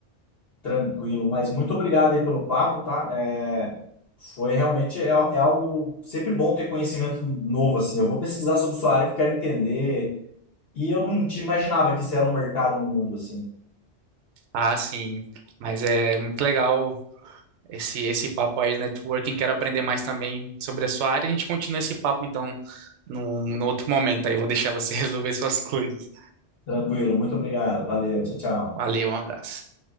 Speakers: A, on the left (about 60°); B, on the right (about 80°).
A: Tranquilo, mas muito obrigado aí pelo papo, tá? É, foi realmente é, é algo sempre bom ter conhecimento novo, assim. Eu vou pesquisar sobre sua área que eu quero entender. E eu não te imaginava que isso era um mercado no mundo, assim.
B: Ah, sim, mas é muito legal esse, esse papo aí de networking. Quero aprender mais também sobre a sua área. A gente continua esse papo, então, no, no outro momento aí. Eu Vou deixar você <laughs> resolver suas coisas.
A: Tranquilo, muito obrigado. Valeu, tchau, tchau.
B: Valeu, um abraço.